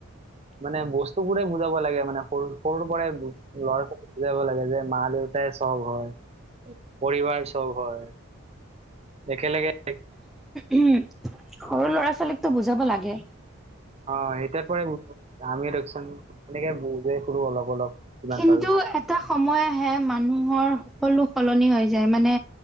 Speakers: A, on the right; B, in the centre.
A: মানে বস্তু বোৰে বুজাব লাগে মানে সৰু সৰুৰ পৰাই ল'ৰা ছোৱালী বুজাব লাগে যে মাৰ। দেউতাই চব হয় পৰিবাৰ চব হয়। একেলগে।
B: উম সৰু ল'ৰা ছোৱালীকতো বুজাব লাগে।
A: অ এতিয়াৰ পৰা আমি দকচোন তেনেকে বুজাই ফো অলপ অলপ। যিমান
B: কিন্তু
A: পাৰো।
B: এটা সময় আহে মানুহৰ। সকলো সলনি হৈ যায় মানে